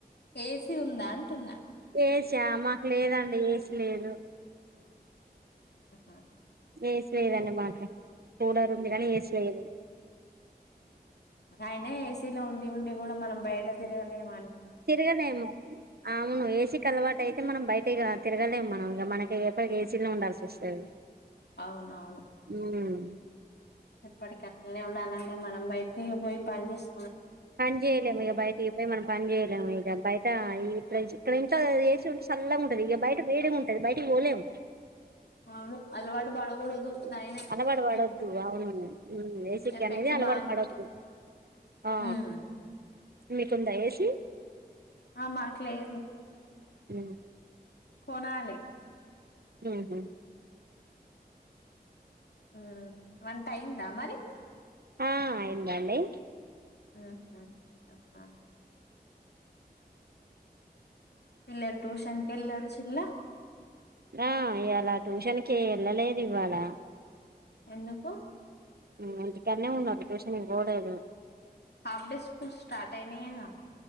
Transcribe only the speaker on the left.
ఏసీ ఉందా అంటున్నా.
అహా
అయనా ఏసీలో ఉండి ఉండి కూడ మనం బయట తిరగలేమ
అవునవును.
ఎప్పటికట్లనే ఉండాలంటే మనం బయటికి ఇగ పోయి పని చేసు
అవును. అలవాటు పడకూడదు దాని
ఎఫెక్ట్
ఎఫెక్ట్
బానే
ఉంటది
హ్
ఆ లేదు.
కొనాలే.
ఆ వంట అయిందా మరి.
ఆ హా అవునా. పిల్లల్ ట్యూషన్ కెళ్ళి వచ్చిన్లా.
ఎందుకు?
హాఫ్ డే స్కూల్ స్టార్ట్ అయినయా?